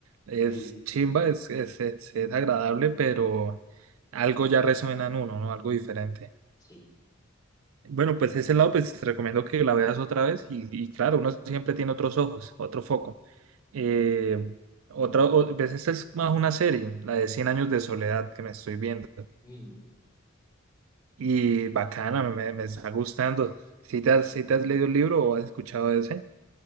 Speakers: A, on the right (about 70°); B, on the left (about 20°).
A: Es
B: Sí,
A: chimba, es, es, es, es agradable, pero algo ya resuena en uno, ¿no? Algo diferente.
B: sí.
A: Bueno, pues ese lado, pues te recomiendo que la veas otra vez y, y claro, uno siempre tiene otros ojos, otro foco. Eh, otra, o- pues esta es más una serie, la de cien años de soledad que me estoy viendo.
B: Mm.
A: Y bacana, me, me está gustando. Si te has, si te has leído el libro o has escuchado de ese?